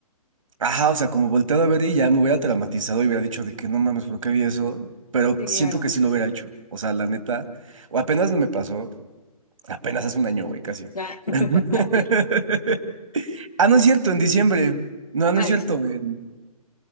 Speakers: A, on the right; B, on the left.
A: Ajá, o sea, como volteado a ver y ya me hubiera traumatizado y hubiera dicho de que no mames, ¿por qué vi eso? Pero
B: sí,
A: siento
B: claro.
A: que sí lo hubiera hecho. O sea, la neta, o apenas me pasó, apenas hace un año, güey, casi.
B: Ah, <laughs>
A: <laughs>
B: Ayer.
A: Ah, no es cierto, en diciembre. No,
B: Ay,
A: no es cierto, en-